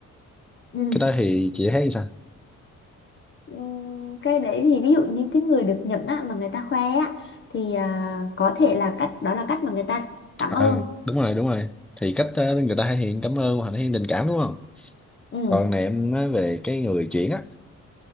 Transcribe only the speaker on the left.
Ừ.
Ừm, cái đấy thì ví dụ như cái người được nhận á, mà người ta khoe á thì à, có thể là cách đó là cách mà người ta cảm
ơn
ừ.